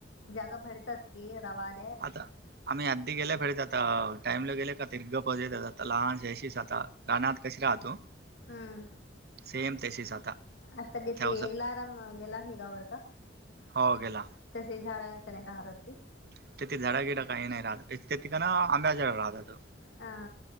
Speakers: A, on the left; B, on the right.
A: जग भडतात की रवाारी <unintelligible>
B: आता <unintelligible> <unintelligible>
A: हम्म
B: सेम तसेच आता.
A: <unintelligible>
B: त्यावस
A: <unintelligible>
B: हो गेला <unintelligible>
A: हा.